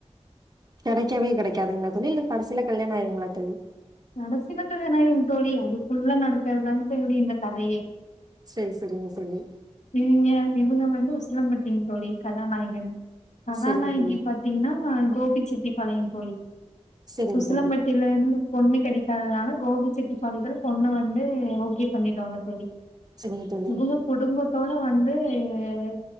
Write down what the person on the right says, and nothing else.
கெடைக்கவே கெடைக்காதுங்ளா தோழி இல்ல கடைசில கல்யாண ஆயிருங்ளா தோழி
சேரி சரிங்க தோழி
சரிங்க தோழி
சரிங்க
தோழி
சரிங்க தோழி